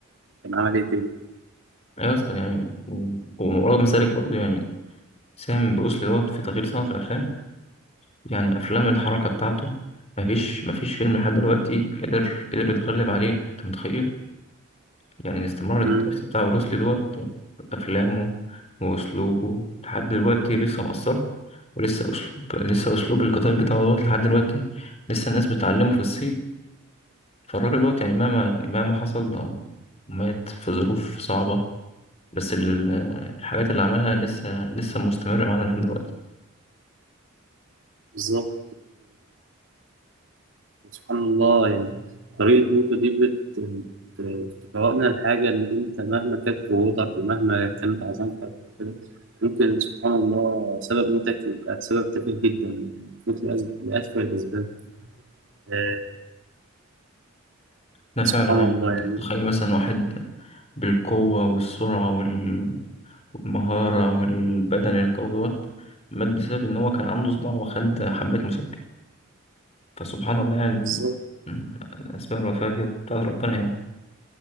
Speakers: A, on the right (about 65°); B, on the left (about 30°).
A: كان عمل إيه تاني
B: أيوة يا اسطى يعني و- ومرغم ذلك برضه يعني سامي بروسلي دوت في تغيير صناعة الأفلام يعني أفلام الحركة بتاعته مفيش مفيش فيلم لحد دلوقتي قدر قدر يتغلب عليه أنت متخيل يعني الاستمرار التمثيل
A: مم.
B: بتاع بروسلي دوت في أفلامه وأسلوبه لحد دلوقتي لسه مؤثر ولسه أسلوب لسه أسلوب القتال بتاعه دوت لحد دلوقتي لسه الناس بتعلمه في الصين فالراجل دوت يعني مهما يعني مهما حصل أو مات في ظروف صعبة بس ال- الحاجات اللي عملها لسه لسه مستمرة معانا لحد دلوقتي
A: بالظبط سبحان الله يعني طريقة نوتو دي بت- بتفوقنا الحاجة إن أنت مهما كانت قوتك ومهما كانت عظمتك وكده، ممكن سبحان الله سبب موتك يبقى سبب تافه جدا يعني تموت لأس- لأسفل الأسباب آه،
B: ده
A: سبحان
B: فعلا يعني
A: الله
B: أنت
A: يعني
B: بتتخيل مثلا واحد بالقوة والسرعة وال- والمهارة والبدن القوي دوت مات بسبب إن هو كان عنده صداع وخد حبة مسكن فسبحان الله يعني
A: بالظبط
B: م- أسباب الوفاة دي بتاعت ربنا يعني